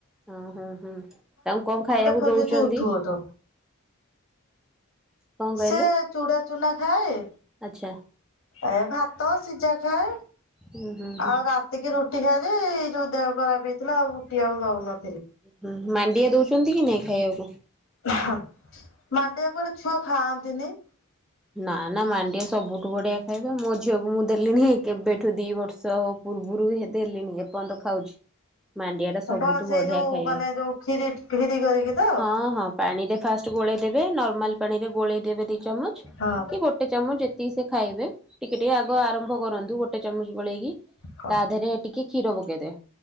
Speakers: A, in the centre; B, on the left.
A: ହୁଁ ହୁଁ ହୁଁ ତାଙ୍କୁ କଣ ଖାଇବାକୁ
B: ଖୋଜୁଛି
A: ଦଉଛନ୍ତି?
B: ଉଠୁ ଉଠୁ।
A: କଣ କହିଲେ?
B: ସେ ଚୁଡ଼ା ଚୁନା ଖାଏ
A: ଆଚ୍ଛା।
B: ଏ ଭାତ ସିଝା ଖାଏ।
A: ହୁଁ ହୁଁ ହୁଁ
B: ଆଉ ରାତିକ ରୁଟ ଟି ଖାଏ ଯେ ଯୋଉ ଦେହ ଖରାପ ହେଇଥିଲା ଆଉ ରୁଟି ଆଉ ଦଉନ
A: ହୁଁ ମାଣ୍ଡିଆ ଦଉଛନ୍ତି କି ନାଇଁ ଖାଇବାକୁ?
B: ହ ମାଣ୍ଡିଆ କୁଆଡ଼େ ଛୁଆ ଖାଆନ୍ତିନି?
A: ନା ନା ମାଣ୍ଡିଆ ସବୁଠୁ ବଢିଆ ଖାଇବା, ମୋ ଝିଅକୁ ମୁଁ ଦେଲିଣିି କେବେଠୁ ଦି ବର୍ଷ ପୂର୍ବରୁ ଦେଲିଣିି ଏପର୍ଯ୍ୟନ୍ତ ଖାଉଛି। ମାଣ୍ଡିଆ ଟା ସବୁଠୁ
B: କଣ ସେଇ
A: ବଢିଆ
B: ଯୋଉ
A: ଖାଇବା,
B: ମାନେ ଯୋଉ କ୍ଷୀରି କ୍ଷୀରି କରିକି ତ?
A: ହଁ ହଁ ପାଣିରେ ଫାଷ୍ଟ ଗୋଳେଇ ଦେବେ ନର୍ମାଲ ପାଣିରେ ଗୋଳେଇ ଦେବେ ଦି ଚାମଚ
B: ହଁ
A: କି ଗୋଟେ ଚାମଚ ଯେତିକି ସେ ଖାଇବେ ଟିକେ ଟିକେ ଆଗ ଆରମ୍ଭ କରନ୍ତୁ ଗୋଟେ ଚାମଚ ଗୋଳେଇକି,
B: ହଁ
A: ତା ଦେହରେ ଟିକେ କ୍ଷୀର ପକେଇଦେବେ,